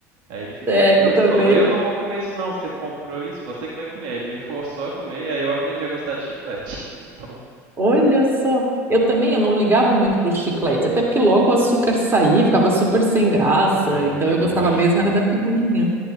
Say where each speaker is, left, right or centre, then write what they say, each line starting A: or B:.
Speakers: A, on the right; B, on the right.
A: Aí ele ficou
B: É,
A: puto
B: eu também.
A: e falou: Eu não vou comer isso, não. Você comprou isso, você que vai comer. Aí ele me forçou a comer e aí eu aprendi a gostar de chiclete. <laughs> Então,
B: Olha só. Eu também, eu não ligava muito para o chiclete, até porque logo o açúcar saía, ficava super sem graça,
A: uhum,
B: então eu gostava
A: borrachudo.
B: mesmo era da figurinha.